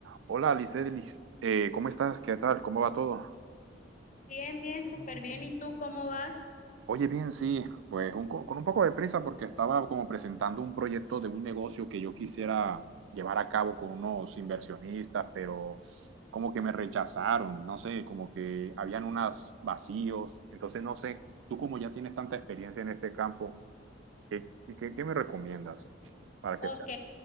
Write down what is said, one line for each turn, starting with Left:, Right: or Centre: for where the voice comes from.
Right: Hola, Alicelis, eh, ¿cómo estás? ¿Qué tal? ¿Cómo va todo?
Left: Bien, bien, súper bien. ¿Y tú cómo vas?
Right: Oye, bien, sí, pues un co- con un poco de prisa porque estaba como presentando un proyecto de un negocio que yo quisiera llevar a cabo con unos inversionistas, pero como que me rechazaron, no sé, como que habían unos vacíos, entonces no sé, tú como ya tienes tanta experiencia en este campo, ¿qué, qué, qué me recomiendas para
Left: Ok,
Right: que sea?